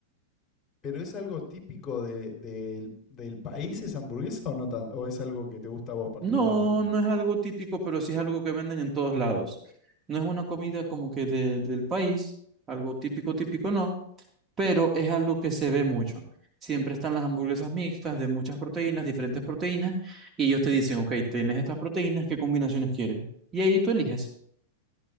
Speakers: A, on the left; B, on the right.
A: ¿Pero es algo típico de- del del país esa hamburguesa o no tanto? ¿O es algo que te gusta a vos particularmente?
B: No, no es algo típico, pero sí es algo que venden en todos lados. No es una comida como que de- del país, algo típico, típico no, pero es algo que se ve mucho. Siempre están las hamburguesas mixtas de muchas proteínas, diferentes proteínas, y ellos te dicen, ok, tienes estas proteínas, ¿qué combinaciones quieres? Y ahí tú eliges.